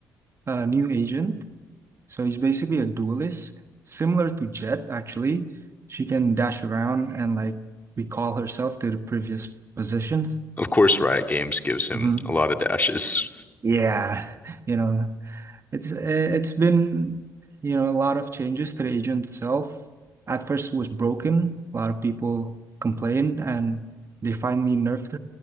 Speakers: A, on the right; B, on the left.
A: a new agent. So he's basically a duelist, similar to Jet actually. She can dash around and like recall herself to the previous positions.
B: Of course, Riot Games gives him
A: Mhm.
B: a lot of dashes.
A: Yeah, <laughs> you know. It's uh, it's been you know a lot of changes to the agent itself. At first, it was broken. A lot of people complained, and they finally nerfed